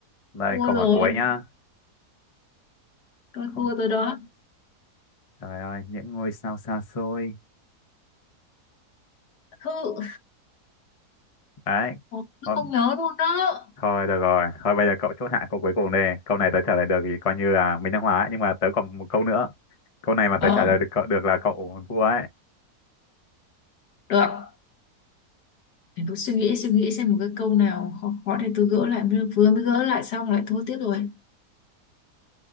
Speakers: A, on the left; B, on the left.
A: Đây,
B: thua
A: câu
B: rồi
A: hỏi cuối nhá.
B: tôi
A: Không,
B: thua rồi đó
A: trời ơi, những ngôi sao xa xôi.
B: thư
A: Đấy,
B: Ồ, tôi
A: có
B: không nhớ luôn đó
A: Thôi được rồi, thôi bây giờ cậu chốt hạ câu cuối cùng đây. Câu này tớ trả lời được thì coi như là mình đang hóa ấy, nhưng mà tớ còn một câu nữa. Câu này mà
B: ờ
A: tớ trả lời được cậu được là cậu thua ấy.
B: được để tôi suy nghĩ suy nghĩ xem một cái câu nào khó khó để tôi gỡ lại mới vừa mới gỡ lại xong lại thua tiếp rồi